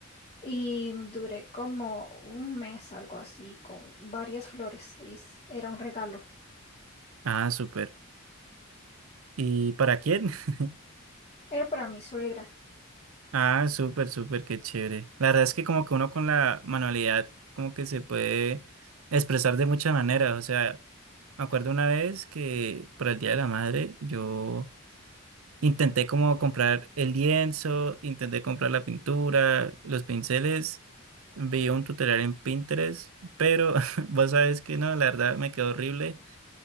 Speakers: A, on the left (about 25°); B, on the right (about 75°).
A: y duré como un mes, algo así, con varias flores y s- era un regalo.
B: Ah, súper. ¿Y para quién? <laughs>
A: Era para mi suegra.
B: Ah, súper, súper, qué chévere. La verdad es que como que uno con la manualidad como que se puede expresar de muchas maneras. O sea, me acuerdo una vez que para el Día de la Madre yo Intenté como comprar el lienzo, intenté comprar la pintura, los pinceles, vi un tutorial en Pinterest, pero <laughs> vos sabes que no, la verdad me quedó horrible.